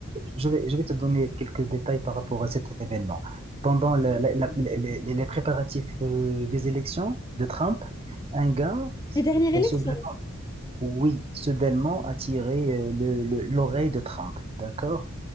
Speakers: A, on the right; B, on the left.
A: je vais, je vais te donner quelques détails par rapport à cet événement. Pendant la- la- la- les, les préparatifs euh, des élections de Trump, un gars,
B: Les dernières élections.
A: euh, soudainement, oui, soudainement a tiré euh, le- le- l'oreille de Trump, d'accord?